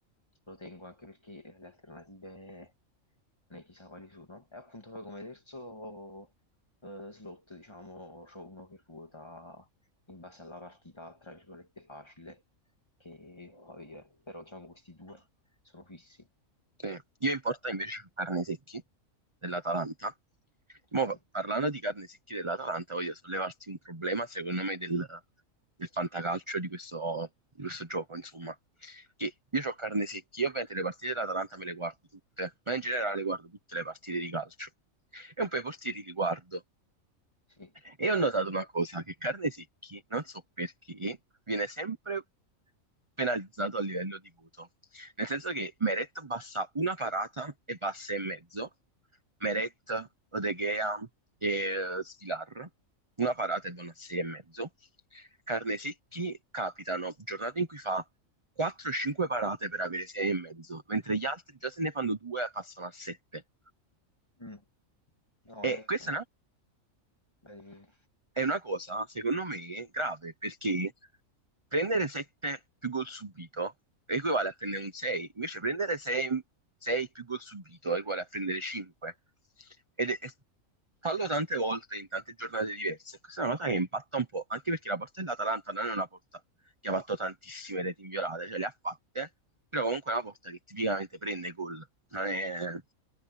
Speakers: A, on the left; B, on the right.
A: lo tengo anche perché le alternative ne chissà quali sono. E appunto poi come terzo eh, slot, diciamo, c'ho uno che ruota in base alla partita, tra virgolette, facile, che può avere, però diciamo questi due sono fissi.
B: Sì. Io in porta invece ho carne secchi dell'Atalanta.
A: Ok,
B: Mo, parlando di carne secchi dell'Atalanta, voglio sollevarti un problema, secondo me, del, del fantacalcio di questo, di questo gioco, insomma. Che io ho carne secchi, io ovviamente le partite dell'Atalanta me le guardo tutte, ma in generale guardo tutte le partite di calcio. E un po' i portieri li guardo.
A: Sì.
B: E ho notato una cosa, che carne secchi, non so perché, viene sempre penalizzato a livello di voto. Nel senso che Meret basta una parata e passa in mezzo, Meret, Odeghea e eh, Svilar, una parata e vanno a sei e mezzo. Carne secchi capitano giornate in cui fa 4-5 parate per avere sei e mezzo, mentre gli altri già se ne fanno due e passano a 7.
A: Mm. No,
B: E
A: è...
B: questa è una
A: vai, dimmi.
B: è una cosa, secondo me, grave, perché prendere 7 più gol subito equivale a prendere un 6, invece prendere 6, 6 più gol subito equivale a prendere 5. Ed è- fallo tante volte in tante giornate diverse. Questa è una cosa che impatta un po', anche perché la porta dell'Atalanta non è una porta che ha fatto tantissime reti inviolate, cioè le ha fatte, però comunque è una porta che tipicamente prende gol, non è, non